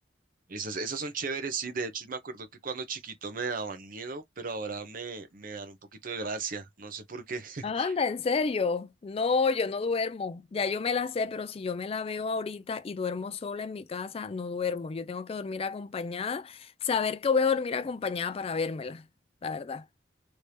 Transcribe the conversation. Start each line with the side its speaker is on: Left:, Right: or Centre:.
Right: Esas, esas son chéveres, sí. De hecho, me acuerdo que cuando chiquito me daban miedo, pero ahora me, me dan un poquito de gracia. No sé por qué. <laughs>
Left: Anda, en serio. No, yo no duermo. Ya yo me la sé, pero si yo me la veo ahorita y duermo sola en mi casa, no duermo. Yo tengo que dormir acompañada, saber que voy a dormir acompañada para vérmela, la verdad.